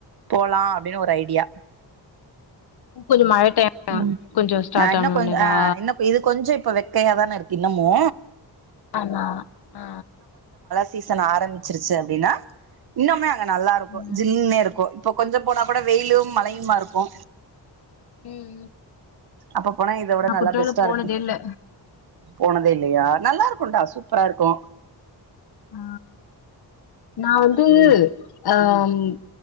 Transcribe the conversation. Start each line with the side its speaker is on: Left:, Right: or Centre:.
Right: போல் லா அப்டின்னு ஒரு ஐடியா
Left: கொஞ்ச மழ டைம்
Right: ம்
Left: கொஞ்ச ஸ்டார்ட்
Right: ஆ இன்னு
Left: ஆனவுன்னாவா
Right: கொஞ்ச ஆ இன்னு இது கொஞ்சோ இப்ப வெக்கையாதானே இருக்கு இன்னமோ
Left: ஆமா ஆ
Right: சீசன் ஆரம்பிச்சிருச்சு அப்டின்னா இன்னுமே நல்லா இருக்கு
Left: ம்
Right: ஜில்ன்னே இருக்கு இப்போ கொஞ்ச போனா கூட வெயிலு மழையுமா இருக்கு
Left: ம்
Right: அப்ப போனா இத விட
Left: நா
Right: நல்லா
Left: குற்றாலம்
Right: பெஸ்ட்டா
Left: போனதே
Right: இருக்கு
Left: இல்ல
Right: போனதே இல்லையா நல்லா இருக்குடா சூப்பரா இருக்கு
Left: ஆ நா வந்து
Right: ம்
Left: ஆ ம்